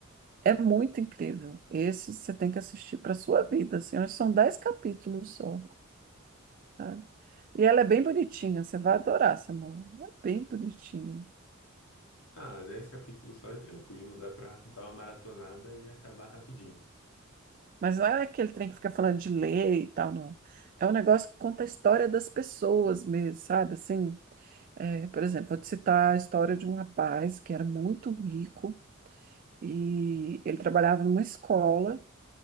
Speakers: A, on the right; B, on the left.
A: É muito incrível. Esse você tem que assistir para sua vida, assim. Acho que são dez capítulos só. tá? E ela é bem bonitinha, você vai adorar, Samara. É bem bonitinha.
B: Ah, 10 capítulos só é tranquilo, dá pra dar uma maratonada e acabar rapidinho.
A: Mas não é aquele trem que fica falando de lei e tal, não. É um negócio que conta a história das pessoas mesmo, sabe? Assim, é, por exemplo, vou te citar a história de um rapaz que era muito rico e ele trabalhava numa escola